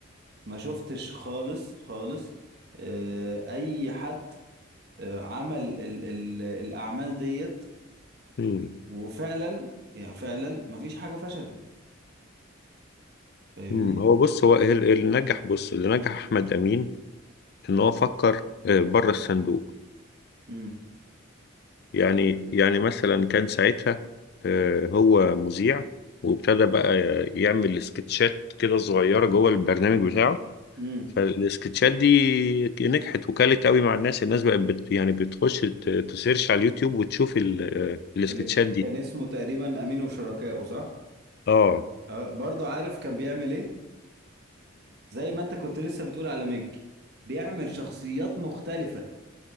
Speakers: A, on the right; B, on the left.
A: ما شفتش خالص خالص آه، اي حد آه، عمل ال ال الاعمال ديت
B: مم.
A: وفعلا يعني فعلا ما فيش حاجة فشلت فاهمني
B: مم. هو بص هو ال- اللي نجح بص اللي نجح أحمد أمين إن هو فكر آه، بره الصندوق
A: امم
B: يعني يعني مثلا كان ساعتها آه، هو مذيع وابتدى بقى يعمل سكتشات كده صغيرة جوه البرنامج بتاعه
A: امم
B: فالسكتشات دي نجحت وكلت قوي مع الناس الناس بقت بت يعني بتخش ت- تسيرش على اليوتيوب وتشوف ال- آه، السكتشات
A: اللي ك-
B: دي
A: كان اسمه تقريبا امين وشركائه صح
B: اه
A: اه برضه عارف كان بيعمل ايه زي ما انت كنت لسه بتقول على ميج بيعمل شخصيات مختلفة